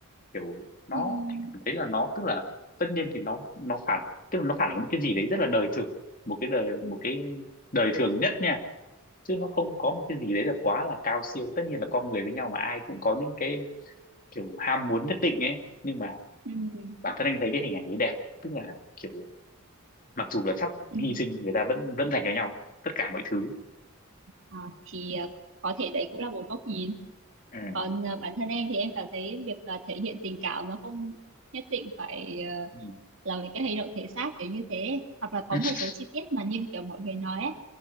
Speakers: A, on the left; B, on the right.
A: kiểu nó
B: ừ,
A: em cảm thấy là nó tức là tất nhiên thì nó nó phản tức là nó phản ánh một cái gì đấy rất là đời thường một cái đời một cái đời thường nhất nha chứ nó không có một cái gì đấy là quá là cao siêu tất nhiên là con người với nhau mà ai cũng có những cái kiểu ham muốn nhất định ấy nhưng mà
B: ừ,
A: bản thân anh thấy cái hình ảnh ấy đẹp tức là kiểu mặc dù là sắp
B: ừ.
A: hy sinh người ta vẫn vẫn dành cho nhau tất cả mọi thứ
B: Ờ, thì ờ, có thể đấy cũng là một góc nhìn
A: ừ
B: còn ờ, bản thân em thì em cảm thấy việc ờ, thể hiện tình cảm nó không nhất định phải ờ,
A: ừ
B: là với cái hành động thể xác kiểu như thế hoặc là có
A: <laughs>
B: một số chi tiết mà như kiểu mọi người nói ấy,